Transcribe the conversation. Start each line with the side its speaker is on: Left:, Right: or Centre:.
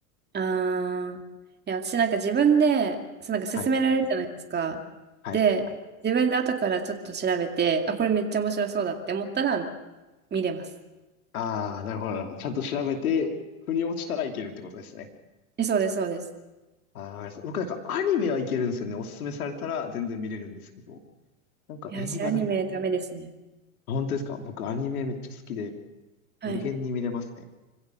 Right: あーいや、私なんか自分で、そうなんか勧められるじゃないですか。
Left: はい。はい。
Right: で、自分で後からちょっと調べて、あ、これめっちゃ面白そうだって思ったら見れます。
Left: ああ、なるほど、なるほど。ちゃんと調べて、腑に落ちたらいけるってことですね。
Right: え、そうです、そうです。
Left: ああ、わかりました僕なんかアニメはいけるんですよね。おすすめされたら全然見れるんですけど。なんか映画だ、
Right: いや、私アニメダメですね。
Left: 本当ですか僕アニメめっちゃ好きで、
Right: はい。
Left: 無限に見れますね。